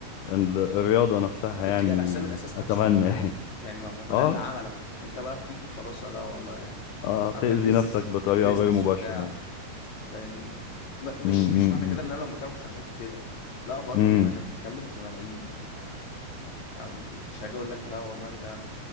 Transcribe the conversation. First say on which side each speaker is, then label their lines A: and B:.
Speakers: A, on the left (about 80°); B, on the left (about 65°).
A: ال- الرياضة نفسها
B: انت
A: يعني
B: بتيجي على حساب الاساس
A: اتمنى
B: نفسه
A: <laughs>
B: يعني ما ما هو
A: اه
B: ده اللي عملك انت بقى بتيجي خلاص لا والله
A: اه تأذي
B: انا مركز
A: نفسك بطريقة
B: في البيزنس
A: غير مباشرة
B: وبتاع فاهمني م مش
A: امم
B: مش معنى كده ان انا لو مكانك كنتش عملت كده لا برضو
A: امم
B: احنا بنتكلم في ملايين يعني أنا مش هاجي اقول لك لا والله ده